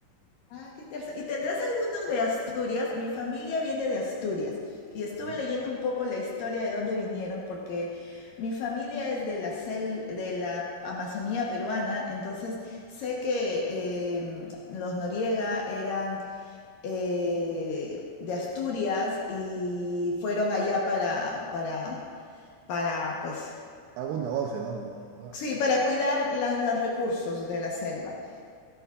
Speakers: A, on the left (about 65°); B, on the right (about 80°).
A: Ah, qué interesante. ¿Y tendrás alguno de Asturias? Mi familia viene de Asturias y estuve
B: <laughs>
A: leyendo un poco la historia de dónde vinieron porque mi familia es de la sel- de la Amazonía peruana, entonces sé que em, los Noriega eran eh, de Asturias y fueron allá para, para, para, pues,
B: Algún negocio, algo. ah.
A: sí, para cuidar las- los recursos de la selva.